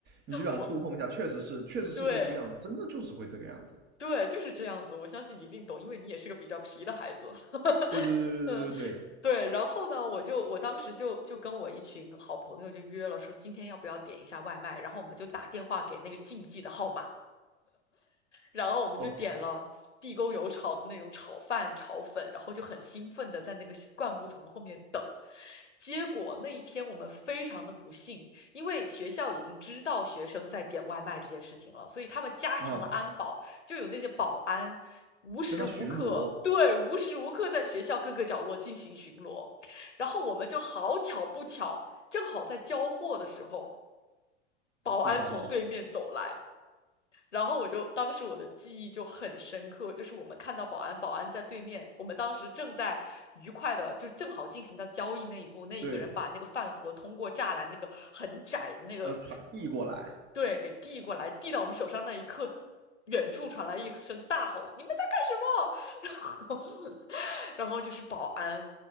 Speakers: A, on the right (about 30°); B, on the left (about 85°).
A: 你就想触碰一下，
B: 我
A: 确实是，确实是会这个样子，
B: 对。
A: 真的就是会这个样子。
B: 对，就是这样子。我相信你一定懂，因为你也是个比较皮的孩子。<laughs>
A: 对对对对对对对
B: 嗯，对。然后呢，我就我当时就就跟我一群好朋友就约了，说今天要不要点一下外卖？然后我们就打电话给那个竞技的号码。然后我们就点了地沟油炒的那种炒饭、
A: ，OK
B: 炒粉，然后就很兴奋的在那个灌木丛后面等。结果那一天我们非常的不幸，因为学校已经知道学生在点外卖这件事情了，所以他们加强了安保，
A: 啊，
B: 就有那些保安无时无刻，
A: 在那巡逻
B: 对，无时无刻在学校各个角落进行巡逻。然后我们就好巧不巧，正好在交货的时候，保安从对面走来。
A: 被抓到了，
B: 然后我就当时我的记忆就很深刻，就是我们看到保安，保安在对面，我们当时正在愉快的，就正好进行到交易那一步，那一个人把那个饭盒通过栅栏那个很窄的那个，
A: 对，呃，传递过来，
B: 对，给递过来，递到我们手上那一刻，远处传来一声大吼：“你们在干什么？”后 <laughs> 然后就是保安，